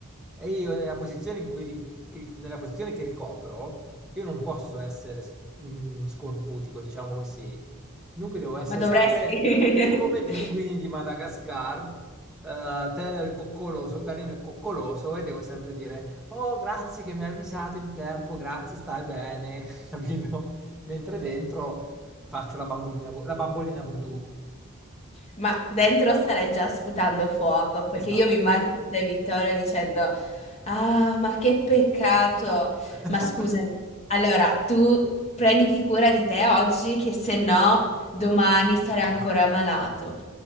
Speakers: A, in the centre; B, on the left.
A: E io nella posizione in cui ri- che- nella posizione che ricopro, io non posso essere sc- mm, scorbutico, diciamo così. Dunque devo essere
B: Ma dovresti.
A: sempre come i pinguini
B: <laughs>
A: di Madagascar, eh, tenero e coccoloso, carino e coccoloso, e devo sempre dire, oh, grazie che mi hai avvisato in tempo, grazie, stai bene, <laughs> capito? Mentre dentro faccio la bambolina, vo- la bambolina voodoo.
B: Ma dentro starei già sputando fuoco, perché
A: Esatto.
B: io mi immagino te, Vittorio, dicendo, ah, ma che peccato.
A: <laughs>
B: Ma scusami, allora tu prenditi cura di te oggi, che se no domani sarai ancora malato.